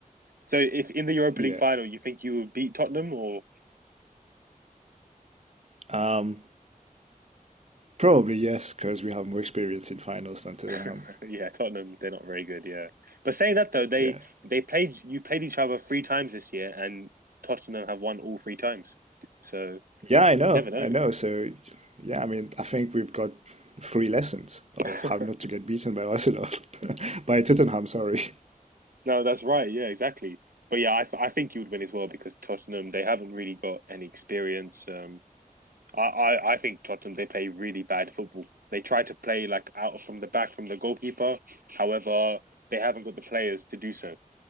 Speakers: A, on the right (about 80°); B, on the right (about 50°).
A: So if in the Europa
B: Yeah.
A: League final you think you would beat Tottenham or
B: Um, probably yes, because we have more experience in finals than Tottenham.
A: <laughs> yeah, Tottenham, they're not very good, yeah. But saying that though, they
B: Yeah.
A: they played you played each other three times this year and Tottenham have won all three times. So
B: Yeah, I know.
A: you never know.
B: I know. So, yeah, I mean, I think we've got three lessons of
A: <laughs>
B: how not to get beaten by Arsenal, <laughs> by Tottenham, sorry.
A: No, that's right. Yeah, exactly. But yeah, I, th I think you would win as well because Tottenham, they haven't really got any experience. Um, I, I, I think Tottenham they play really bad football. They try to play like out from the back from the goalkeeper. However, they haven't got the players to do so.